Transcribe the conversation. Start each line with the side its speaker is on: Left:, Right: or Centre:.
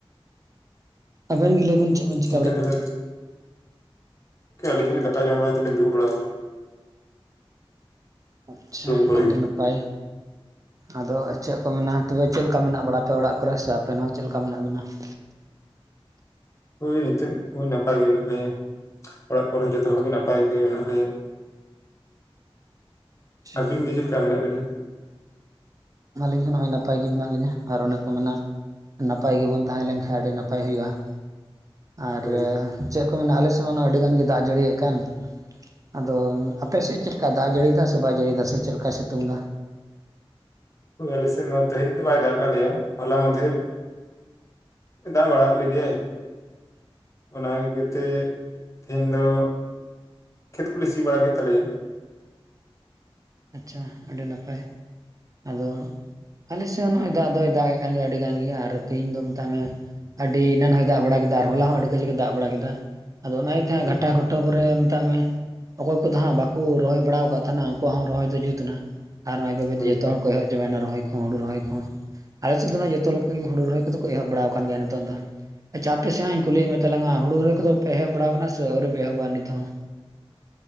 Right: ᱾ ᱟᱵᱮᱱ ᱜᱮ ᱞᱟᱹᱭᱵᱱ ᱪᱮᱫ ᱵᱮᱱ ᱪᱮᱫ ᱵᱤᱱ
Left: ᱜᱚᱢᱠᱮ ᱛᱟᱦᱚᱞᱮ ᱟᱹᱞᱤᱧᱟᱜ ᱫᱟᱠᱟ ᱡᱚᱢ ᱵᱟᱲᱟ ᱠᱟᱛᱮ ᱞᱤᱧ ᱫᱩᱲᱩᱵ ᱵᱟᱲᱟ ᱟᱠᱟᱱᱟ ᱾
Right: ᱟᱪᱪᱷᱟ
Left: ᱨᱩᱢ ᱠᱚᱨᱮ
Right: ᱟᱹᱰᱤ
Left: ᱜᱮ
Right: ᱱᱟᱯᱟᱭ ᱾ ᱟᱫᱚ ᱪᱮᱫ ᱠᱚ ᱢᱮᱱᱟ ᱛᱚᱵᱮ ᱪᱮᱫ ᱞᱮᱠᱟ ᱢᱮᱱᱟᱜ ᱵᱟᱲᱟ ᱟᱯᱮ ᱚᱲᱟᱜ ᱠᱚᱨᱮ ᱥᱮ ᱟᱯᱮᱱ ᱦᱚᱸ ᱪᱮᱫ ᱞᱮᱠᱟ ᱢᱮᱱᱟᱜ ᱵᱮᱱᱟ ᱾
Left: ᱦᱳᱭ ᱮᱱᱛᱮᱜ ᱦᱳᱭ ᱱᱟᱯᱟᱭ ᱜᱮ ᱢᱮᱱᱟᱜ ᱞᱮᱭᱟ ᱚᱲᱟᱜ ᱠᱚᱨᱮ ᱡᱚᱛᱚ ᱦᱚᱲ ᱜᱮ ᱱᱟᱯᱟᱭ ᱛᱮᱜᱮ ᱢᱮᱱᱟᱜ ᱞᱮᱭᱟ ᱾
Right: ᱟᱪᱪᱷᱟ
Left: ᱟᱹᱵᱤᱱ ᱜᱮ ᱪᱮᱫ ᱞᱮᱠᱟ ᱢᱮᱱᱟᱜ ᱵᱤᱱᱟ ᱾
Right: ᱟᱹᱞᱤᱧ ᱦᱚᱸ ᱱᱚᱜᱼᱭ ᱱᱟᱯᱟᱭ ᱜᱮ ᱢᱮᱱᱟᱜ ᱞᱤᱧᱟᱹ ᱟᱨ ᱚᱱᱮ ᱠᱚ ᱢᱮᱱᱟ ᱱᱟᱯᱟᱭ ᱜᱮᱵᱚᱱ ᱛᱟᱦᱮᱸ ᱞᱮᱱ ᱠᱷᱟᱡ ᱟᱹᱰᱤ ᱱᱟᱯᱟᱭ ᱦᱩᱭᱩᱜᱼᱟ ᱾ ᱟᱨ
Left: ᱦᱳᱭ
Right: ᱪᱮᱫ ᱠᱚ ᱢᱮᱱᱟ ᱟᱞᱮ ᱥᱮᱫ ᱢᱟ ᱟᱹᱰᱤᱜᱟᱱ ᱜᱮ ᱫᱟᱜ ᱡᱟᱹᱲᱤᱭᱮᱫ ᱠᱟᱱ ᱟᱫᱚ ᱟ ᱯᱮᱥᱮᱫ ᱪᱮᱫ ᱞᱮᱠᱟ ᱫᱟᱜ ᱡᱟᱹᱲᱤᱭᱮᱫᱟ ᱥᱮᱵᱟᱭ ᱡᱟᱹᱲᱤᱭᱫᱟ ᱥᱮ ᱪᱮᱫ ᱞᱮᱠᱟ ᱥᱤᱛᱩᱝ ᱮᱫᱟ?
Left: ᱟᱞᱮ ᱥᱮᱫ ᱢᱟ ᱛᱮᱦᱮᱧ ᱫᱚ ᱵᱟᱭ ᱫᱟᱜ ᱠᱟᱜ ᱞᱮᱭᱟ ᱦᱚᱞᱟ ᱢᱟᱫᱷᱮᱨ ᱫᱟᱜ ᱵᱟᱲᱟ ᱟᱜ ᱞᱮᱜᱮᱭᱟᱹᱭ ᱾ ᱚᱱᱟ ᱤᱭᱟᱹ ᱛᱮ ᱛᱮᱦᱤᱧ ᱫᱚ ᱠᱷᱮᱛ ᱠᱚᱞᱮ ᱥᱤ ᱵᱟᱲᱟ ᱠᱮᱫ ᱛᱟᱞᱮᱭᱟ ᱾
Right: ᱟᱪᱪᱷᱟ ᱟᱹᱰᱤ ᱱᱟᱯᱟᱭ ᱟᱫᱚ ᱟᱞᱮ ᱥᱮᱫ ᱦᱚᱸ ᱱᱚᱜᱼᱚᱭ ᱫᱟᱜ ᱫᱚᱭ ᱫᱟᱜ ᱮᱫ ᱠᱟᱱ ᱜᱮᱭᱟ ᱟᱹᱰᱤ ᱜᱟᱱ ᱜᱮ ᱟᱨ ᱛᱮᱦᱤᱧ ᱫᱚ ᱢᱮᱛᱟᱜ ᱢᱮ ᱾ ᱟᱰᱤ ᱮᱱᱟᱱ ᱦᱚᱸᱭ ᱫᱟᱜ ᱵᱟᱲᱟ ᱠᱮᱫᱟ ᱟᱨ ᱦᱚᱞᱟ ᱦᱚᱸ ᱟᱹᱰᱤ ᱠᱟᱡᱟᱠ ᱮ ᱫᱟᱜ ᱵᱟᱲᱟ ᱠᱮᱫᱟ ᱟᱫᱚ ᱚᱱᱟ ᱡᱟᱦᱟᱸ
Left: ᱦᱳᱭ
Right: ᱜᱷᱟᱴᱟ ᱠᱩᱴᱟᱹ ᱠᱚᱨᱮ ᱢᱮᱛᱟᱜ ᱢᱮ ᱚᱠᱚᱭ ᱠᱚᱫᱚ ᱦᱟᱸᱜ ᱵᱟᱠᱚ ᱨᱚᱦᱚᱭ ᱵᱟᱲᱟ ᱟᱠᱟᱫ ᱛᱟᱦᱮᱱᱟ ᱾ ᱩᱝᱠᱩᱣᱟᱜ ᱦᱚᱸ ᱨᱚᱦᱚᱭ ᱫᱚ ᱡᱩᱛ ᱮᱱᱟ ᱟᱨ ᱱᱚᱜᱼᱭ ᱵᱟᱹᱵᱮᱭᱛᱮ
Left: ᱦᱳᱭ
Right: ᱡᱚᱛᱚ ᱦᱚᱲ ᱠᱚ ᱮᱦᱚᱵ ᱪᱟᱵᱟᱭᱮᱱᱟ ᱨᱚᱦᱚᱭ ᱠᱚ ᱦᱩᱲᱩ ᱨᱚᱦᱚᱭ ᱠᱚ ᱟᱞᱮ ᱥᱮᱫ ᱫᱚ ᱡᱚᱛᱚ ᱞᱮᱠᱟᱜᱮ ᱦᱩᱲᱩ ᱨᱚᱦᱚᱭ ᱠᱚᱫᱚ ᱠᱚ ᱮᱦᱚᱵ ᱵᱟᱲᱟᱣ ᱟᱠᱟᱱ ᱜᱮᱭᱟ ᱱᱤᱛᱚᱜ ᱫᱚ᱾ ᱟᱪᱪᱷᱟ ᱟᱯᱮ ᱥᱮᱭᱟᱜ ᱤᱧ ᱠᱩᱞᱤᱭᱮᱫ ᱢᱮ ᱛᱟᱞᱟᱝ ᱟ ᱦᱩᱲᱩ ᱨᱚᱦᱚᱭ ᱠᱚᱫᱚ ᱯᱮ ᱮᱦᱚᱵ ᱵᱟᱲᱟᱣ ᱟᱠᱟᱱᱟ ᱥᱮ ᱟᱹᱣᱨᱤ ᱯᱮ ᱮᱦᱚᱵᱚᱜ ᱟ ᱱᱤᱛᱚᱜ ᱦᱚᱸ?